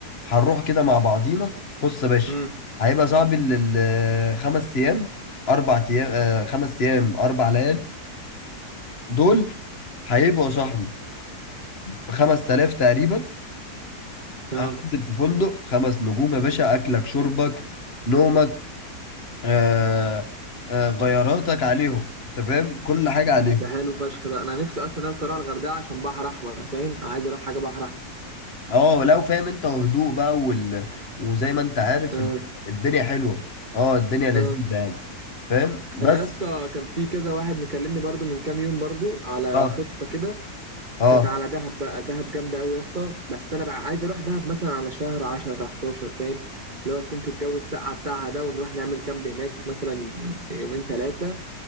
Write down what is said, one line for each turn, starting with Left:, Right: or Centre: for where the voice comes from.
Left: هنروح كده مع بعضينا بص يا باشا
Right: امم
Left: هيبقى صاحبي الخمس أيام أربع أيام آه، خمس أيام أربع ليال دول هيبقوا يا صاحبي بخمس تلاف تقريبا
Right: اه
Left: هتنزل في فندق خمس نجوم يا باشا أكلك شربك نومك آه، آه، غياراتك عليهم أنت فاهم كل حاجة عليهم
Right: ده حلو فشخ ده انا نفسي اصلا يا اسطى اروح الغردقة عشان بحر احمر فاهم انا عايز اروح حاجة بحر احمر
Left: اه لو فاهم انت وهدوء بقى وال... وزي ما انت عارف
Right: اه
Left: ال- الدنيا حلوة اه الدنيا لذيذة
Right: اه
Left: يعني فاهم بس
Right: انا يا اسطى كان في كذا واحد مكلمني برضو من كام يوم برضو على
Left: اه
Right: خطة كده
Left: اه
Right: كانت على دهب بقى دهب جامدة قوي يا اسطى بس انا بقى عايز اروح دهب مثلا على شهر 10 11 فاهم اللي هو تكون في الجو الساقعة بتاعها ده ونروح نعمل كامب هناك مثلا يومين ثلاثة